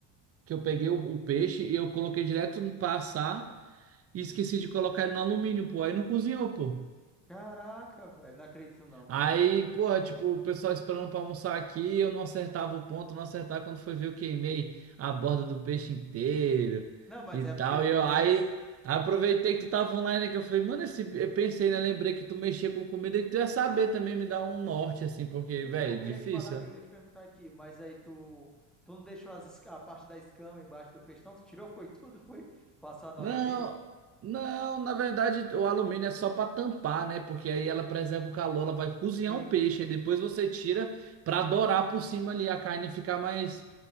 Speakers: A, on the right; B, in the centre.
A: que eu peguei o, o peixe e eu coloquei direto no passar. E esqueci
B: uhum.
A: de colocar ele no alumínio, pô. Aí não cozinhou, pô.
B: Caraca, velho, não acredito não.
A: Aí, pô, tipo, o pessoal esperando pra almoçar aqui, eu não acertava o ponto, não acertava quando foi ver, eu queimei a borda do peixe inteiro
B: Não, mas
A: e
B: é
A: tal.
B: porque,
A: E eu,
B: mas
A: aí aproveitei que tu tava online que eu falei, mano, esse, eu pensei, né? Lembrei que tu mexia com comida e que tu ia saber também me dar um norte, assim, porque,
B: então,
A: velho,
B: eu
A: difícil,
B: ia te falar, eu ia te perguntar aqui, mas aí tu tu não deixou as, esca- a parte da escama embaixo do peixe, não? Tu tirou foi tudo, foi passar no
A: Não,
B: alumínio?
A: não, na verdade o alumínio é só para tampar, né? Porque aí ela preserva o calor, ela vai cozinhar
B: Sim.
A: o peixe, aí depois você tira para dourar por cima ali, a carne ficar mais